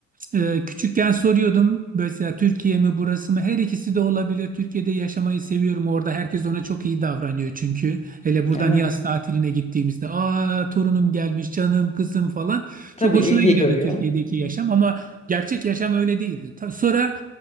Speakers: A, on the right; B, on the left.
A: Ee, küçükken soruyordum mesela Türkiye mi burası mı? Her ikisi de olabilir. Türkiye'de yaşamayı seviyorum. Orada herkes ona çok iyi davranıyor çünkü. Hele buradan
B: Evet.
A: yaz tatiline gittiğimizde aa torunum gelmiş, canım, kızım falan.
B: Tabii
A: Çok hoşuna
B: ilgi
A: gidiyordu
B: görüyor.
A: Türkiye'deki
B: Hı hı.
A: yaşam ama gerçek yaşam öyle değildi. Ta- Sonra